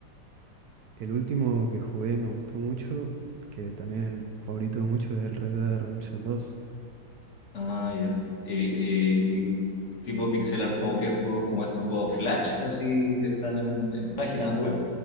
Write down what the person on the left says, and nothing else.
Ah, ya. Eh, eh, y tipo pixel art, como qué juegos, como estos juegos Flash, así que están en, en páginas web.